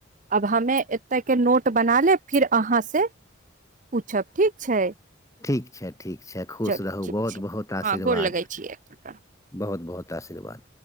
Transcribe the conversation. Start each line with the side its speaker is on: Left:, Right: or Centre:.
Right: अब हमे एतय कऽ नोट बना लेब फिर अहाँ से पूछब ठीक छै
Left: ठीक छै ठीक छै खुश
Right: चलू
Left: रहू
Right: ठीक
Left: बहुत
Right: छै
Left: बहुत आशीर्वाद
Right: हँ गोर लगै छियै कक्का
Left: बहुत बहुत आशीर्वाद